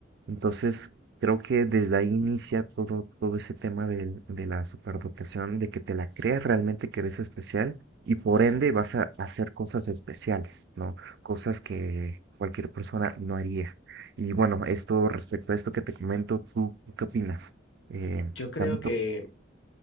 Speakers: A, on the right (about 60°); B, on the left (about 70°).
A: Entonces, creo que desde ahí inicia todo, todo ese tema del- de la superdotación, de que te la creas realmente que eres especial y por ende vas a hacer cosas especiales, ¿no? Cosas que cualquier persona no haría. Y bueno, esto respecto a esto que te comento, ¿tú, tú qué opinas? Eh,
B: yo creo
A: dame tu
B: que,
A: opinión.